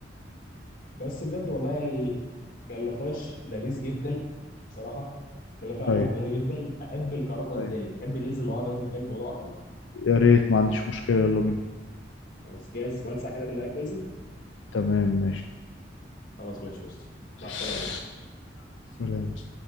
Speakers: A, on the left (about 50°); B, on the left (about 85°).
A: بس بجد والله يعني كان نقاش لذيذ جدا بصراحه كنا فيه عن
B: ايوه
A: نقط جميله جدا احب نكرره في وقت
B: ايوه
A: تاني تحب ننزل مع بعض دلوقتي نتكلم في موضوع اكتر
B: يا ريت ما عنديش مشكلة يلا بينا
A: خلاص جاهز كمان ساعه كده ارن عليك ننزل
B: تمام
A: خلاص ماشي يا اسطى مع
B: ماشي
A: السلامه يا باشا
B: سلام